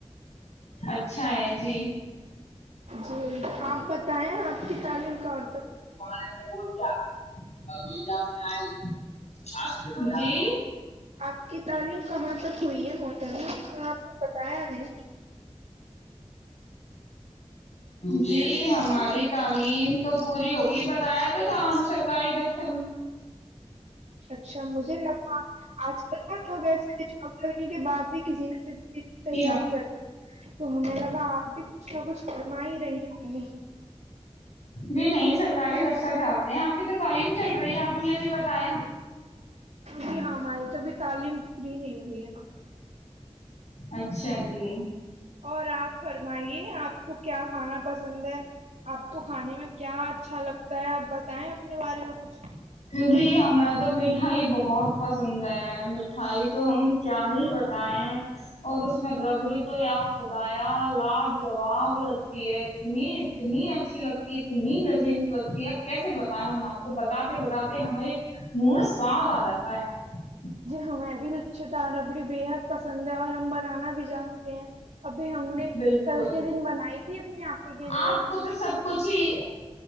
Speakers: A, on the left; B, on the right.
A: اچھا ہے جی
B: جی آپ بتائیں آپ کی تعلیم کون
A: وہ پ کیا بول <inaudible> وہئی جؤ میںج جی
B: آپ کی تعلیم کہاں تک <unintelligible> ہوئی ہے موٹر میں آپ کو بتایا ہم نے
A: جی ہماری تعلیم تو پوری ہوگئی بتایا تو ہم سرکاری دتر
B: اچھا مجھے لگا آج کل تو لوگ ایسے ہیں جاب کرنے کے بعد بھی کسی نہ کسی
A: تینوں
B: تیاری کرتے تو ہمیں لگا آپ بھی کچھ نہ کچھ فرم ہی رہی ہوں گی
A: جی نہیں سرکاری دفتر جا آپ کی تو تعلیم چل رہی ہے آد نے ابھی بتایا
B: جی ہاں ہماری تو بھی تعلیم <unintelligible>
A: اچھا جی
B: اور آپ فرمائیے آپ کو کیا کھانا پسند ہے آپ کو کھانے میں کیا اچھا لگتا ہے آپ بتائیں اپنے بارے میں کچھ
A: جی ہمیں تو مٹھائی بہت پسند ہے مٹھائی تو ہم کیا ہی بتائےیں اور اس میں ربڑی تو یا خدایا لاجاب لگتی ہے اتنی اتنی اچھی لگتی ہے اتنی لذیذ لگتی ہے کیسے بتائیں ہم آپ کو ب بتاتے بتاتے ہمارے منہ میں سواد آ جاتا ہے
B: جی ہاں ا بھیچ د ربڑی بے حد پسند ہے اور ہم بنانا بھی جانیں پ ہیں ابھی ہم نے
A: بالکل
B: کل کے دن بنائی تھی اپنے آپ ہی کے لیے
A: آپ کو تو سب کچھ ہی